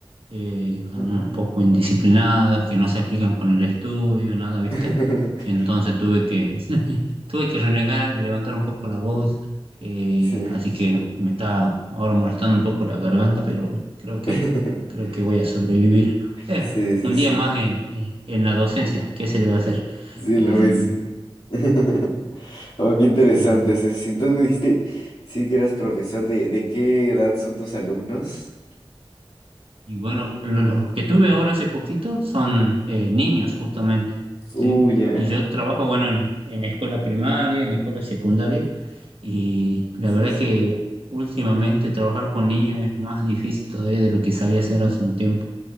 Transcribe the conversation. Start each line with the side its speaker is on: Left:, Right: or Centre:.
Right: eh, algunos
Left: Ujú.
Right: un poco indisciplinados, que no se aplican con el estudio, nada, ¿viste?
Left: <laughs>
Right: Entonces tuve que, <laughs> tuve que renegar, levantar un poco la voz, eh,
Left: Sí.
Right: así que me está ahora molestando un poco la garganta, pero creo que,
Left: <laughs>
Right: creo que voy a sobrevivir. Eh,
Left: Sí, sí,
Right: un
Left: sí.
Right: día más en, en la docencia, ¿qué se le va a hacer?
Left: Sí,
Right: Eh,
Left: la vecina. <laughs> Oh, qué interesante.
Right: sí.
Left: Sí, sí. Entonces me dijiste, sí que eras profesor, ¿de, de qué edad son tus alumnos?
Right: Y bueno, lo- los que tuve ahora hace poquito son eh, niños justamente,
Left: Uy,
Right: ¿sí?
Left: ajá.
Right: Y yo trabajo, bueno, en, en escuela primaria, en escuela secundaria, y la
Left: Sí,
Right: verdad
Left: sí,
Right: que últimamente trabajar con niños es más difícil todavía de lo que sabía hacer hace un tiempo